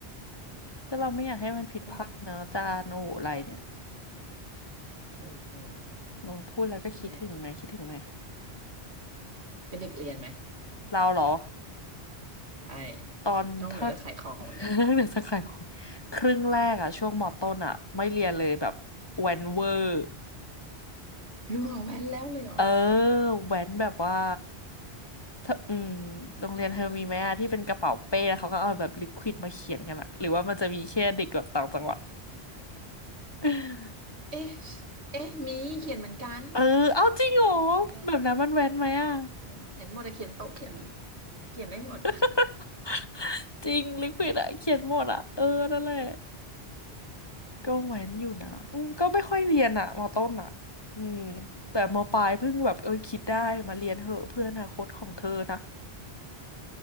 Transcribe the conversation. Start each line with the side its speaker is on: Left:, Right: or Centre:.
Left: ก็เราไม่อยากให้มันผิดพลาดเนอะอาจานโอ้โหอะไรเนี่ย
Right: แล้แบบโอ
Left: โอ้พูดแล้วก็คิดถึงไหมคิดถึงไหม
Right: ใช่ไหมเป็นเด็กเรียนไหม
Left: เราเหรอ
Right: ใช่
Left: ตอนถ้า
Right: นอกเหนือจากขายของเนี่ย
Left: <laughs> เรื่อง <laughs> เดือดสังขารของครึ่งแรกอะช่วงมอต้นอะไม่เรียนเลยแบบแวนเวอร์
Right: หรือเหรอแว้นแล้วเลยเหรอ
Left: เออแว้นแบบว่าเธออืมโรงเรียนเธอมีไหมอะที่เป็นกระเป๋าเป้แล้วเขาก็เอาแบบลิควิดมาเขียนกันอะหรือว่ามันจะมีแค่เด็กแบบต่างจังหวัด <laughs>
Right: เอ๊ะเอ๊ะมีเขียนเหมือนกัน
Left: เออเอาจริงเหรอ
Right: เขียนเหมือนกัน
Left: แบบนั้นมันแว้นไหมอะ
Right: เอ้ยเขียนหมดอะเขียนโต๊ะเขียนเขียนได้หมด
Left: <laughs> จริงลิควิดอะเขียนหมดอะเออนั่นแหละก็แว้นอยู่นะอืมก็ไม่ค่อยเรียนอะมต้นอะอืมแต่มปลายเพิ่งแบบเออคิดได้มาเรียนเหอะเพื่ออนาคตของเธอนะ